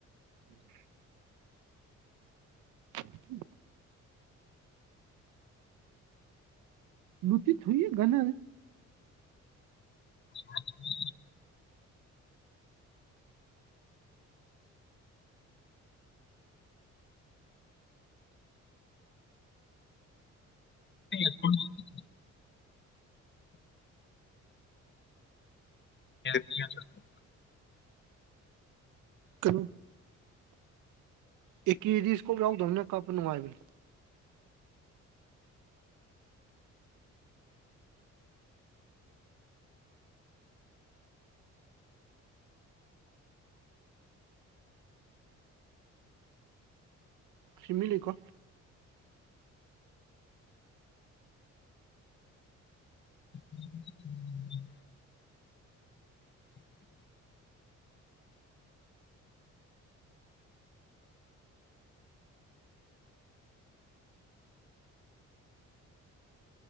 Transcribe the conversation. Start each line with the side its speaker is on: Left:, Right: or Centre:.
Right: ꯎꯝ ꯎꯝ ꯂꯨꯇ ꯊ ꯍꯨꯏꯌꯦ ꯅꯜ
Left: <unintelligible> <unintelligible> <unintelligible>
Right: ꯀꯣ ꯑꯦꯀ꯭ꯗꯤꯁꯀꯣꯞ ꯌꯥꯎꯗꯕꯅꯤꯅ ꯀꯥꯞꯄ ꯅꯨꯡꯉꯥꯏꯕꯅꯤ ꯁꯤꯃꯤ ꯂꯩ ꯀꯣ
Left: <inaudible>